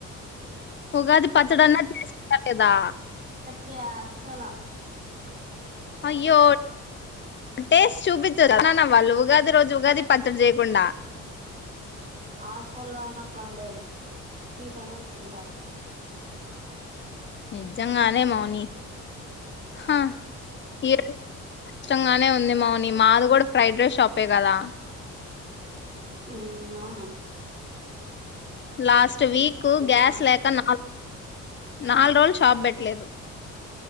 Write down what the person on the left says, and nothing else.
ఉగాది పచ్చడిన్నా చేసు లేదా
అయ్యో టేస్ చూపిచచ్చ అన్న వాళ్ళు ఉగాది రోజు ఉగాది పత్తడి చేయకుండా
నిజంగానే మౌని హా ఏ కచ్చష్టంగానే ఉంది మామ నీ మాది కూడా ఫ్రైడ్ రైస్ షాపే కదా
లాస్ట్ వీక్ గ్యాస్
లేకనా నాల్ రోజులు షాప్ బేట్టలేదు